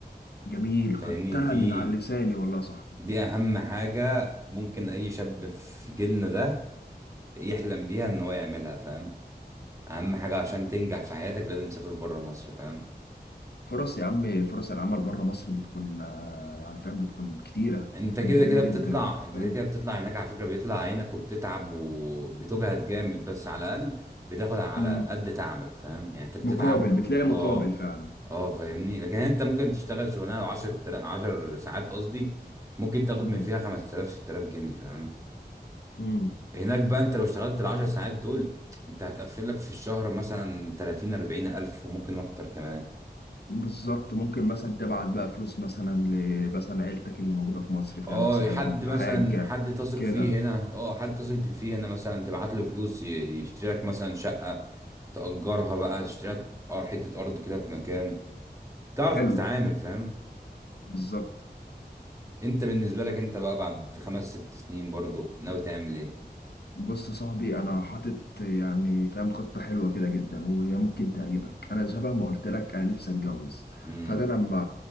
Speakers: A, on the left; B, on the right.
A: جميل
B: فاهمني
A: خدتها
B: دي
A: من على لساني والله يا صاحبي
B: دي اهم حاجه ممكن اي شاب في جيلنا ده يحلم بيها ان هو يعملها فاهم اهم حاجه عشان تنجح في حياتك لازم تسافر بره مصر فاهم
A: فرص يا عم فرص العمل بره مصر بتكون آه، يعني فاهم بتكون كتيره
B: انت
A: بتكون
B: كده
A: كتيره
B: كده
A: جدا
B: بتطلع انت
A: فاهم
B: كده كده بتطلع هناك على فكره بيطلع عينك وبتتعب وبتجهد جامد بس على الاقل بتاخد على
A: مم.
B: قد تعبك فاهم يعني انت بتتعب
A: مقابل
B: وب-
A: بتلاقي مقابل
B: اه
A: فعلا
B: اه فاهمني لكن انت ممكن تشتغل شغلانه 10 10 ساعات قصدي ممكن تاخد
A: مم.
B: من فيها 5000 6000 جنيه فاهم
A: مم.
B: هناك بقى انت لو اشتغلت ال 10 ساعات دول انت هتقفل لك في الشهر مثلا 30 40 الف وممكن اكتر كمان
A: بالظبط ممكن مثلا تبعت بقى فلوس مثلا ل مثلا عيلتك اللي موجودة في مصر فاهم
B: اه
A: تساعدهم
B: حد
A: في
B: مثلا
A: حاجة
B: حد تثق
A: كده
B: فيه هنا اه حد تثق فيه هنا مثلا تبعت له فلوس ي- يشتريلك مثلا شقة تأجرها بقى تشتريلك أر- حتة أرض كده في مكان تعرف
A: حلو
B: تتعامل فاهم
A: بالظبط
B: انت بالنسبة لك انت بقى بعد خمس ست سنين برضه ناوي تعمل ايه
A: بص يا صاحبي انا حاطط يعني فاهم خطه حلوه كده جدا وهي ممكن تعجبك انا شبه ما قلت لك انا نفسي اتجوز
B: امم
A: فانا لما